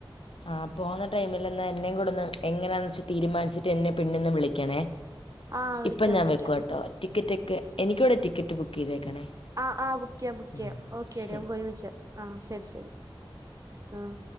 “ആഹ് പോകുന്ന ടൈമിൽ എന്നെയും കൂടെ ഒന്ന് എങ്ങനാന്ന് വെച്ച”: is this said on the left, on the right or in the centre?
Left